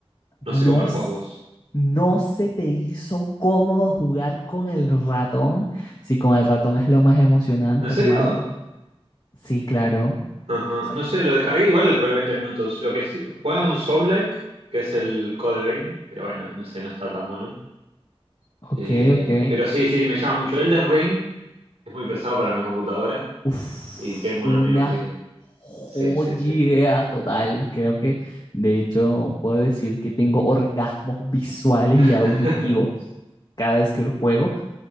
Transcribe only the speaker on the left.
No,
s-
no se te hizo cómodo jugar con el ratón. Sí, con el ratón es lo más emocionante,
hermano. Sí, claro.
O sea,
ok,
ok.
Uf,
una
joya
total. Creo que, de hecho, puedo decir que tengo orgasmos visuales y
auditivos cada vez que lo juego.